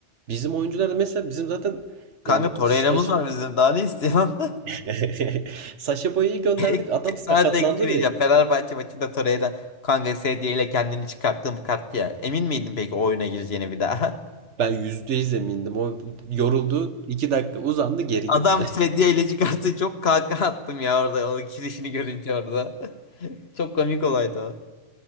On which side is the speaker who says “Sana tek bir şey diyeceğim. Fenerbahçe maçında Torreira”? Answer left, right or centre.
Left